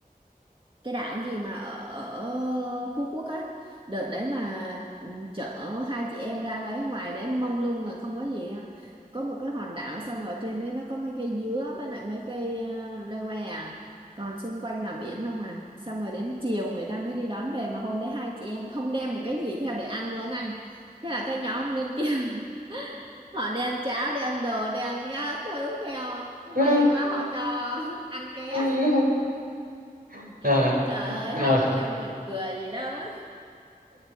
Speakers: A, on the right; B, on the right.
A: cái đảo gì mà ở, ở Phú Quốc á đợt đấy là ừ, chở hai chị em ra đấy ngoài đấy mông lung là không có gì á. có một cái hòn đảo xong ở trên đấy nó có mấy cây dứa với lại mấy cây uh, leo que à còn xung quanh là biển không à xong rồi đến chiều người ta mới đi đón về mà hôm đấy hai chị em không đem một cái gì theo để ăn luôn anh thế là cái nhóm bên kia <laughs> họ đem cháo đem đồ đem các thứ theo
B: Ừ.
A: may quá họ cho <laughs> ăn ké
B: <laughs> Ờ,
A: Ôi trời ơi
B: ờ.
A: hai chị em buồn cười gì đâu á